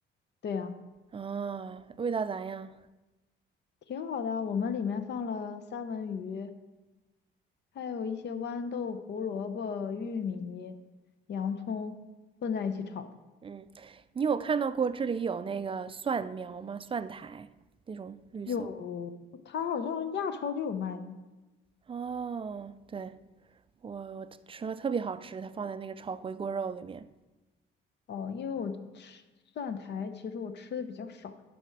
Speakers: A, on the left; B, on the right.
A: 对呀，
B: 啊，味道咋样？
A: 挺好的啊我们里面放了三文鱼，还有一些豌豆、胡萝卜、玉米、洋葱混在一起炒的。
B: 嗯，你有看到过这里有那个蒜苗吗？蒜苔那种绿色。
A: 有，它好像亚超就有卖的。
B: 哦，对，我我吃了特别好吃，它放在那个炒回锅肉里面。
A: 哦，因为我吃蒜苔，其实我吃的比较少，